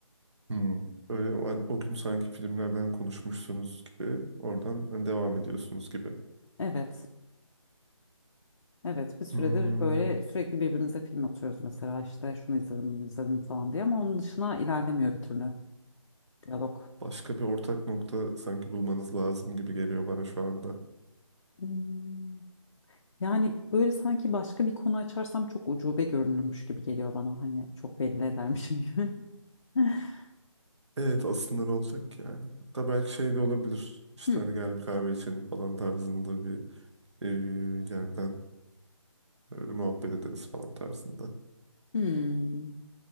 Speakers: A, on the right; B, on the left.
A: Hmm. Öyle o, hani o gün sanki filmlerden konuşmuşsunuz gibi oradan hani devam ediyorsunuz gibi.
B: Evet. Evet bir süredir
A: Hmm.
B: böyle sürekli birbirimize film atıyoruz mesela işte şunu izledim bunu izledim falan diye ama onun dışına ilerlemiyor bir türlü diyalog.
A: Başka bir ortak nokta sanki bulmanız lazım gibi geliyor bana şu anda.
B: Hmm, Yani böyle sanki başka bir konu açarsam çok ucube görünürmüş gibi geliyor bana hani çok belli edermişim gibi. <laughs>
A: Evet aslında ne olacak ki yani? Hatta belki şey de olabilir. İşte
B: Hı.
A: hani gel bir kahve içelim falan tarzında bir eee, yerden böyle muhabbet ederiz falan tarzında.
B: Hmm.